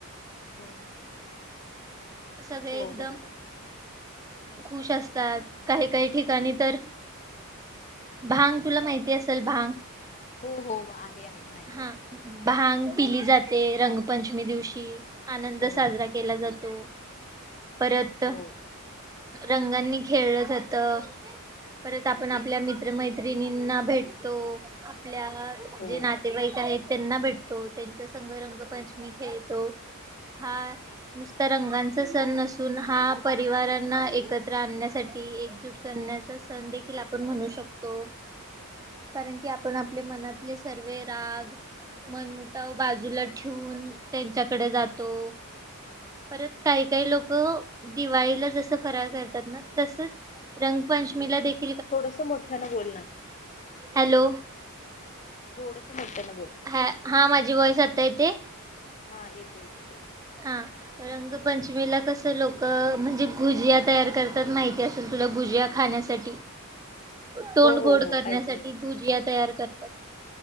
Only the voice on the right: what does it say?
सगळे
एकदम
खुश अस तास काही काही ठिकाणी तर भांग तुला माहिती असेल भांग
हा
भांग पिली जाते रंगपंचमी दिवशी. आनंद
साजरा केला जातो. परत
रंगांनी खेळलं जात. परत आपण आपल्या मित्रमैत्रिणींना भेटतो आपल्या
जे ना त्यांना भेटतो त्यांचा संघ रंगपंचमी खेळतो. हा नुसता रंगांचा सण नसून हा परिवारांना एकत्र आणण्यासाठी एकजूट करण्याचा सण देखील आपण म्हणू शकतो. कारण की आपण आपल्या मनातले सर्वे राग मनमुठाव बाजूला ठेऊून त्यांच्याकडे जातो. परत काही काही लोक दिवाळीला जस फरार करतात ना तसच रंगपंचमीला देखी
हॅलो.
ह हा माझी वॉयस आता येतेे.
हा रंगपंचमीला कस लोक म्हणजे भुजिया तयार करतात माहिती असेल. भुजिया खाण्यासाठी तोंड
गोड
करण्यासाठी
भुजिया तयार करतात.